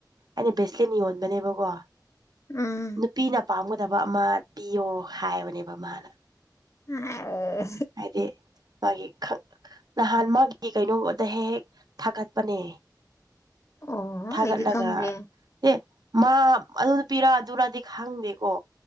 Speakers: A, on the right; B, on the left.
A: ꯑꯩꯅ ꯕ꯭ꯔꯦꯁꯂꯦꯟ ꯌꯣꯟꯕꯅꯦꯕꯀꯣ
B: ꯎꯝ
A: ꯄꯤꯅ ꯄꯥꯝꯒꯗꯕ ꯑꯃ ꯄꯤꯌꯣ ꯍꯥꯏꯕꯅꯦꯕ ꯃꯥꯅ
B: ꯑ
A: ꯍꯥꯏꯗꯤ ꯃꯥꯒꯤ ꯅꯍꯥꯟ ꯃꯥꯒꯤ ꯀꯩꯅꯣꯗ ꯍꯦꯛ ꯍꯦꯛ ꯊꯥꯒꯠꯄꯅꯦ
B: ꯑꯣ
A: ꯊꯥꯒꯠꯂꯒ
B: ꯑꯩꯗꯤ ꯈꯪꯗꯦ
A: ꯑꯦ ꯃꯥ ꯑꯗꯨ ꯄꯤꯔꯛ ꯑꯗꯨꯔꯗꯤ ꯈꯪꯗꯦꯀꯣ